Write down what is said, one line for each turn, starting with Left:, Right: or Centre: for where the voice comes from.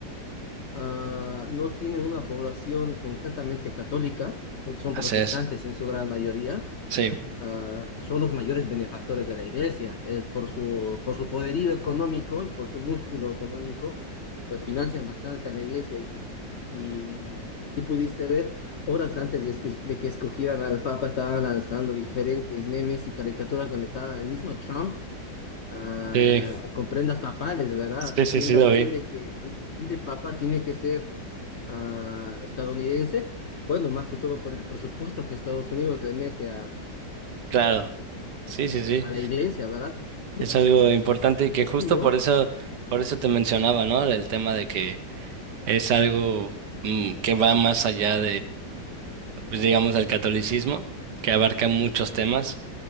Left: ah, no tienen una población concretamente católica, porque son
Right: así
Left: protestantes
Right: es.
Left: en su gran mayoría,
Right: Sí,
Left: ah, son los mayores benefactores de la iglesia. Es por su, por su poderío económico y por su músculo económico, pues financian bastante a la iglesia y, y no sé si pudiste ver, horas antes de que, de que escogieran al Papa estaban lanzando diferentes memes y caricaturas donde estaba el mismo Trump ah,
Right: sí,
Left: con prendas papales, ¿verdad?
Right: sí,
Left: Haciendo
Right: sí, sí, lo
Left: alusión
Right: vi.
Left: de que el Papa tiene que ser ah, estadounidense. Bueno, más que todo por el presupuesto que Estados Unidos le mete
Right: Claro, sí, sí, sí.
Left: a la iglesia, ¿verdad? Voy
Right: Es
Left: a estar
Right: algo importante
Left: disfrutando.
Right: y que justo por eso, por eso te mencionaba, ¿no? El tema de que es algo mm, que va más allá pues digamos, al catolicismo, que abarca muchos temas